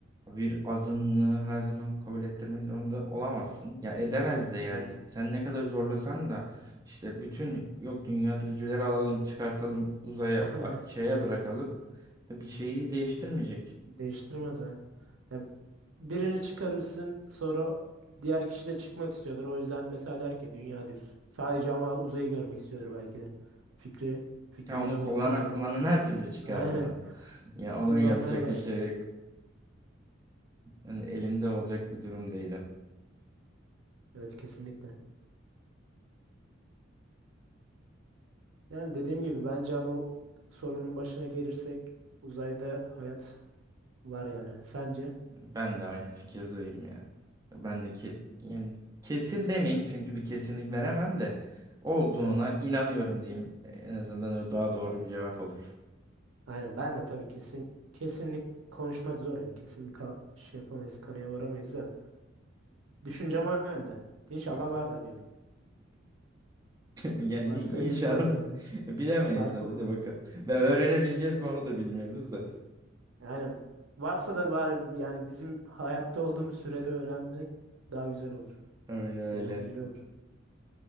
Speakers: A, on the right; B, on the right.
A: bir azınlığı her zaman kabul ettirmek zorunda olamazsın. Ya edemez de yani.
B: evet.
A: Sen ne kadar zorlasan da işte bütün yok dünya düzcüleri alalım, çıkartalım, uzaya
B: <laughs> Aynen.
A: a- şeye bırakalım da bir şeyi değiştirmeyecek.
B: Değiştirmez yani. Ya birini çıkarırsın sonra diğer kişi de çıkmak istiyordur. O yüzden mesela der ki dünya düz. Sadece ama uzayı görmek istiyordur belki de. Fikri fikrini
A: Ya onu
B: o
A: kullanan
B: tarz bir.
A: kullanan her türlü çıkar
B: Aynen.
A: onu. <laughs> Ya onu
B: Kullanmaya
A: yapacak
B: başladı.
A: bir şey yok. Yani elinde olacak bir durum değil o.
B: Evet kesinlikle. Yani dediğim gibi bence ama o sorunun başına gelirsek uzayda hayat var yani. Sence?
A: Ben de aynı fikirdeyim ya. Ben de ke yani kesin demeyeyim çünkü bir kesinlik veremem de olduğuna
B: Evet.
A: inanıyorum diyeyim. E, En azından o daha doğru bir cevap olur.
B: Aynen. Ben de tabii kesin kesinlik konuşmak zor ya. Kesin bir ka- şey yapamayız, kanıya varamayız da. Düşüncem o yönde. İnşallah
A: <laughs>
B: vardır diyorum.
A: Yani
B: Varsa
A: i-
B: güzel
A: inşallah
B: olur.
A: bilemeyiz
B: Farklılık
A: tabii de
B: olur.
A: bakalım. Ve öğrenebileceğiz mi onu da bilmiyoruz da.
B: Yani varsa da bari yani bizim hayatta olduğumuz sürede öğrenmek daha güzel olur.
A: Öyle öyle.
B: Eğlenceli olur.